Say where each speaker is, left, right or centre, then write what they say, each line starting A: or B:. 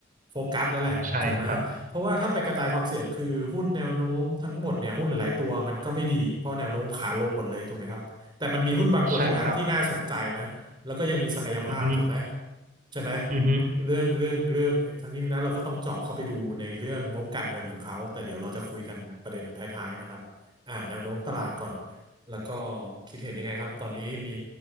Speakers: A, on the right (about 25°); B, on the right (about 45°).
A: โฟกัสแล้วแหละถูกไหมเพราะว่าถ้าไปกระจายความเสี่ยงคือหุ้นแนวโน้มทั้งหมดเนี่ยหุ้นหลายๆตัวมันก็ไม่ดี
B: ใช่ครับ
A: เพราะแนวโน้มขาลงหมดเลยถูกไหมครับ แต่มันมีหุ้นบางตัวที่น่าที่น่าสนใจนะแล้วก็ยังมีศักยภาพถูกไหม
B: ใช่ครับ อือฮึ
A: ใช่ไหม
B: อือฮึ
A: เรื่องเรื่องเรื่องทั้งนี้ทั้งนั้นเราก็ต้องเจาะเข้าไปดูในเรื่องงบการเงินของเขาแต่เดี๋ยวเราจะคุยกันประเด็นท้ายๆนะครับอ่าแนวโน้มตลาดก่อนแล้วก็คิดเห็นยังไงครับตอนนี้มี